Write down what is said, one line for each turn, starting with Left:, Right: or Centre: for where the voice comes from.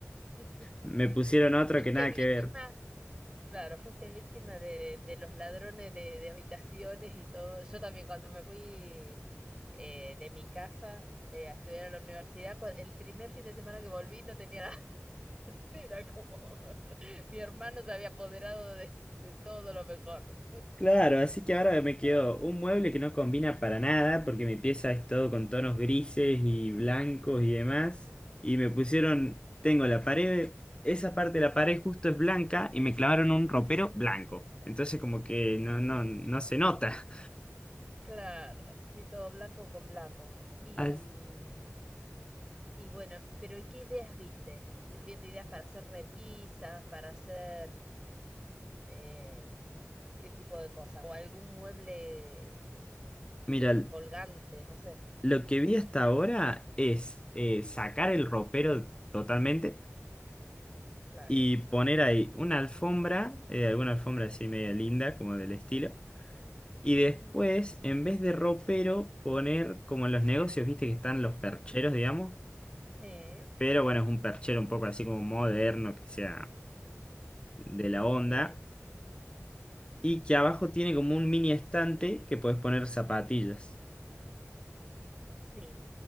Right: <laughs>
Left: Me pusieron otro
Right: ¿Fuiste
Left: que nada
Right: víctima?
Left: que ver.
Right: Claro, fuiste víctima de, de los ladrones de, de habitaciones y todo. Yo también cuando me fui eh, de mi casa eh, a estudiar a la universidad, cua- el primer fin de semana que volví no tenía nada. <laughs> Era como <laughs> mi hermano se había apoderado de, de todo lo mejor. <laughs>
Left: Claro, así que ahora me quedó
Right: Oh,
Left: un mueble que no combina para nada, porque mi pieza es todo con tonos grises y blancos y demás. Y me pusieron, tengo la pared, esa parte de la pared justo es blanca y me clavaron un ropero blanco. Entonces como que no, no, no se nota.
Right: Claro, sí, todo blanco con blanco.
Left: <laughs>
Right: Y,
Left: As-
Right: mm, y bueno, pero ¿y qué ideas viste? ¿Estuviste viendo ideas para hacer repisas, para hacer eh, qué tipo de cosas? ¿O algún mueble
Left: Mira,
Right: eh, colgante? No sé,
Left: lo que vi hasta ahora es eh, sacar el ropero totalmente
Right: claro.
Left: y poner ahí una alfombra, eh, alguna alfombra así media linda, como del estilo Y después,
Right: Ujú.
Left: en vez de ropero, poner como en los negocios, viste que están los percheros, digamos.
Right: Sí,
Left: Pero bueno, es un perchero un poco así como moderno, que sea de la onda.
Right: sí,
Left: Y que abajo tiene como un mini estante que puedes poner zapatillas.
Right: sí.